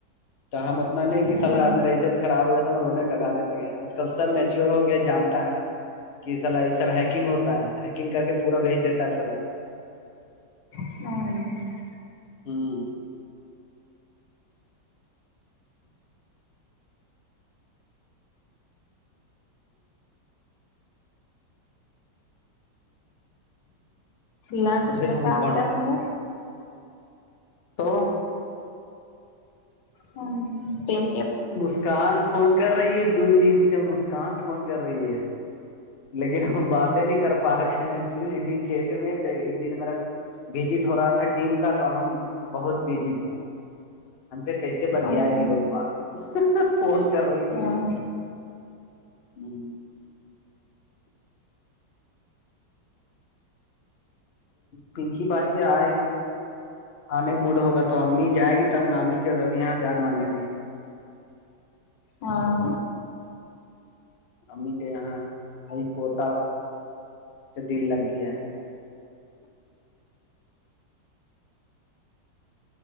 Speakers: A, on the left (about 55°); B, on the left (about 80°).
A: تو ہم اتنا نہیں
B: ہاں
A: کہ صلاح میرے عزت خراب ہو گیا تو ہم رونے گگانے لگے آج کل سب میچیور ہو گیا جانتا ہے کہ سلا یہ سب ہیکنگ ہوتا ہے ہیکنگ کر کے پورا بھیج دیتا ہے سلا
B: ہوں
A: ہوں
B: لنچ
A: تو پھر
B: لے
A: ہمیں
B: کے
A: کون
B: آتے ہیں وہ
A: تو
B: ہاں اک
A: مسکان فون کر رہی ہے دو تین سے مسکان فون کر رہی ہے لیکن ہم باتیں نہیں کر پا رہے ہیں ایک دن کھیت میں تو ایک دن میرا بزٹ ہو رہا تھا ٹیم کا تو ہم بہت بزی تھے ہم کے کیسے بتیائے
B: ہاں
A: گی پپا اس سے فون چل رہی ہے
B: ہاں
A: ہ پنکی بادی آئے گ آنے موڈ ہوگا تو امی جائے گی تب امی کے گھر ابھی یہاں جا ماننے میں
B: ہاں
A: امی کے یہاں کھئی پوتا سے دل لگ گیا ہے